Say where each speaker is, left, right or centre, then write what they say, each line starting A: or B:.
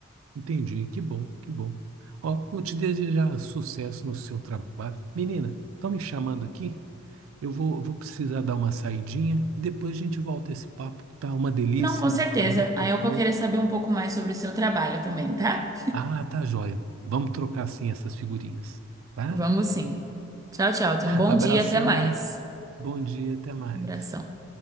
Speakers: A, on the right (about 85°); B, on the right (about 15°).
A: Entendi, que bom, que bom. Ó, vou te desejar sucesso no seu trabalho. Menina, estão me chamando aqui? Eu vou, vou precisar dar uma saidinha e depois a gente volta esse papo, que tá uma delícia,
B: Não, com certeza.
A: tá muito
B: Aí
A: gostoso.
B: eu vou querer saber um pouco mais sobre o seu trabalho também, tá?
A: Ah, tá joia. Vamos trocar sim essas figurinhas, tá?
B: Vamos sim. Tchau, tchau. Tenha um bom
A: Abração,
B: dia, até mais.
A: bom dia, até mais.
B: Abração.